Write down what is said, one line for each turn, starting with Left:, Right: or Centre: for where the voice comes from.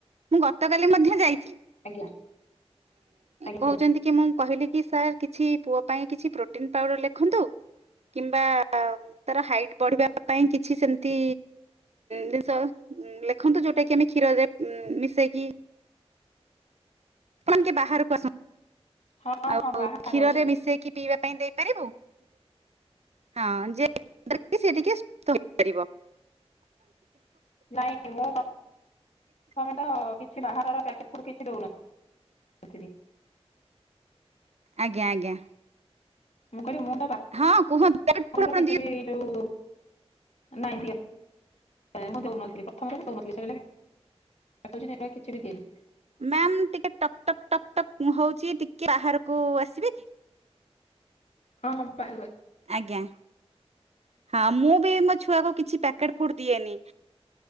Right: ମୁଁ ଗତକାଲି ମଧ୍ୟ ଯାଇ
Left: ଆଜ୍ଞା ଆଜ୍ଞା।
Right: କହୁଛନ୍ତି ମୁଁ କହିଲି କି ସାର୍ କିଛି ପୁଅ ପାଇଁ କିଛି ପ୍ରୋଟିନ ପାଉଡର ଲେଖନ୍ତୁ। କିମ୍ବା ଅ ତର ହାଇଟ୍ ପଢିବା ପାଇଁ କିଛି ସେମିତି ଜିନିଷ ଲେଖନ୍ତୁ ଯୋଉଟା କି ଆମେ କ୍ଷୀରରେ ମିଶେଇକି ଆପଣ କି ବାହାରକୁ ଆସ
Left: ହଁ
Right: ଆଉ
Left: ହଁ ବାହାରେ
Right: କ୍ଷୀରରେ
Left: ଅଛି।
Right: ମିଶେଇକି ପିଇବା ପାଇଁ ଦେଇପାରିବୁ। ହଁ ଯେ ସେ ଟିକେ ସୁସ୍ ହେପାରିବ।
Left: ନାଇଁ ମୁଁ ତମେ ତ କିଛି ବାହାରର ପକେ ସେଟ
Right: ଆଜ୍ଞା ଆଜ୍ଞା।
Left: ମୁଁ କହିବି ମୁଁ
Right: ହଁ କୁହନ୍ତୁ।
Left: ଆର
Right: ଆପଣ
Left: କିଛି
Right: ଦିଅ
Left: ବି ଏଇ ଯୋଉ ନାଇଁ ଦ ମୁଁ ଦଉନଥିଲି ପ୍ରଥମରେ ବି ଦଉନଥିଲି ସେ କିଛି ବି ଦନି
Right: ମ୍ୟାାମ ଟିକେ ଟକ୍ ଟକ୍ ଟକ୍ ଟ ହଉଛି ଟିକେ ବାହାରକୁ ଆସିବେ କି
Left: ହଁ ହଁ। ପାଉ
Right: ଆଜ୍ଞା ହଁ ମୁଁ ବି ମୋ ଛୁଆକୁ କିଛି ପ୍ୟାକେଟ ଫୁଡ ଦିଏନି